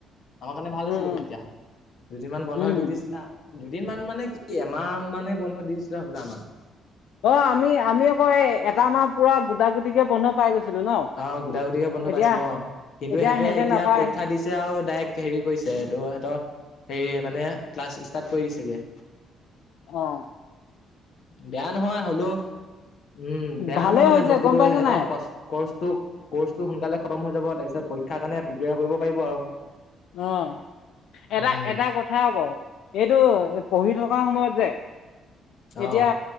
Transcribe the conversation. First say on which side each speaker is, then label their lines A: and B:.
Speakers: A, on the left (about 55°); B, on the left (about 75°).
A: আমাৰ কাৰণে ভাল
B: উম
A: আছিলে
B: উম
A: তেতিয়া, দুদিনমান বন্ধ
B: উম।
A: দি দিছিলে। দুদিন মন মানে কি, এমাহ মানে বন্ধ দিছিলে হ'বলা আমাক
B: অ' আমি আমি আকৌ এই এটা মাহ পুৰা গোটা গুটিকে বন্ধ পাই গৈছিলো ন'?
A: অঁ গোট গুটিকে বন্ধ
B: এতিয়া
A: পাইছো অঁ, কিন্তু হেঁতে
B: সিহঁতে
A: এতিয়া
B: নাপায়
A: পৰীক্ষা দিছে আও ডাইৰেক্ট হেৰি কৰিছে একো হেঁতৰ সেইয়ে মানে ক্লাছ ষ্টাৰ্ট কৰি দিছেগে।
B: অঁ।
A: বেয়া নহয় হ'লেও, উম বেয়া
B: ভালে
A: নহয় মানে
B: হৈছে
A: বস্তুটো
B: গম পাইছ
A: হেঁতক
B: নাই
A: কষ্ কৰ্চটো কৰ্চটো সোনকালে খতম হৈ যাব, তাপিছত পৰীক্ষাৰ কাৰণে প্ৰিপেয়াৰ কৰিব পাৰিব আৰু
B: অঁ এটা
A: উম
B: এটা কথা আক' এইটো পঢ়ি থকা সময়ত যে এতিয়া
A: অ